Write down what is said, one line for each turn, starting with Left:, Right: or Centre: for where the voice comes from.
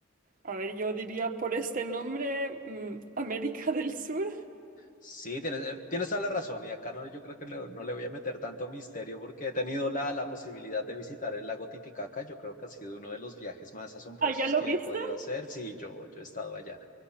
Right: A ver, yo diría por este nombre, mm, América del Sur.
Left: Sí, tienes, eh, tienes toda la razón y acá no, yo creo que no, no le voy a meter tanto misterio porque he tenido la, la posibilidad de visitar el lago Titicaca. Yo creo que ha sido uno de los viajes más asombrosos
Right: Ah, ¿ya lo
Left: que
Right: viste?
Left: he podido hacer. Sí, yo, yo he estado allá.